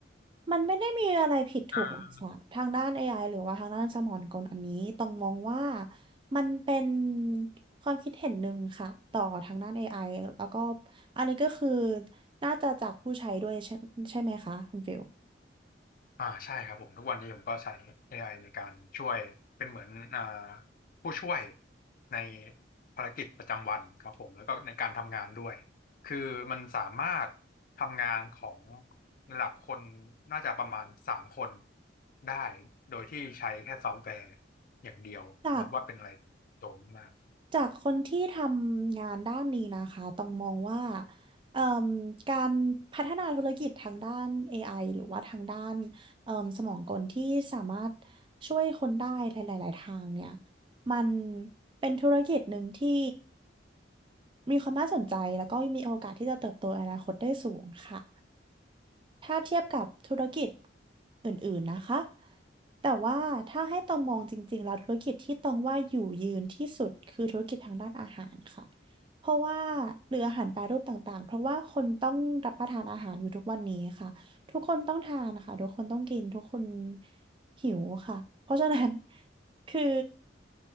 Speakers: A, on the right; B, on the left.
A: มันไม่ได้มีอะไรผิดถูกหรอกค่ะทางด้าน
B: อ่า
A: AI หรือว่าทางด้านสมองกลอันนี้ต้องมองว่ามันเป็นความคิดเห็นหนึ่งค่ะต่อทางด้าน AI แล้วก็อันนี้ก็คือน่าจะจากผู้ใช้ด้วยใช่ใช่ไหมคะคุณฟิล
B: อ่าใช่ครับผมทุกวันนี้ผมก็ใช้ AI ในการช่วยเป็นเหมือนอ่าผู้ช่วยในภารกิจประจำวันครับผมแล้วก็ในการทำงานด้วยคือมันสามารถทำงานของระดับคนน่าจะประมาณสามคนได้โดยที่ใช้แค่ซอฟต์แวร์อย่างเดียวนับว่าเป็นอะไรโจมมาก
A: จาก จากคนที่ทำงานด้านนี้นะคะต้องมองว่าเอ่มการพัฒนาธุรกิจทางด้าน AI หรือว่าทางด้านเอ่มสมองกลที่สามารถช่วยคนได้หลายๆทางเนี่ยมันเป็นธุรกิจหนึ่งที่ มีความน่าสนใจแล้วก็มีโอกาสที่จะเติบโตในอนาคตได้สูงค่ะ ถ้าเทียบกับธุรกิจอื่นๆนะคะ แต่ว่าถ้าให้ตองมองจริงๆแล้วธุรกิจที่ตองว่าอยู่ยืนที่สุดคือธุรกิจทางด้านอาหารค่ะ เพราะว่าหรืออาหารแปรรูปต่างๆเพราะว่าคนต้องรับประทานอาหารอยู่ทุกวันนี้ค่ะ ทุกคนต้องทานค่ะ ทุกคนต้องกินทุกคนหิวค่ะเพราะฉะนั้น <laughs> คือ